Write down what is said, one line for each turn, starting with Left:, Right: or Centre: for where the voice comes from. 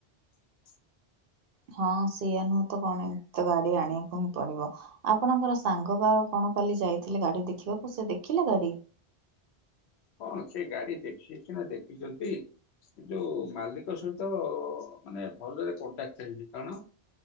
Left: <inaudible>
Right: ହଁ ସେଇଆ ନୁହଁତ କଣ ଏମିତିତ ଗାଡ଼ି ଆଣିବାକୁ ହିଁ ପଡ଼ିବ ଆପଣଙ୍କର ସାଙ୍ଗବା କଣ କାଲି ଯାଇଥିଲେ ଗାଡ଼ି ଦେଖିବାକୁ ସେଦେଖିଲେ ଗାଡ଼ି?
Left: ହଁ ସେଗାଡ଼ି ଦେଖିଚିନା ଦେଖିଚନ୍ତି। ସେଯୋଉ ମାଲିକ ସହିତ ମାନେ ଭଲରେ କଣ୍ଟାକ୍ଟ ହେଇନି କାରଣ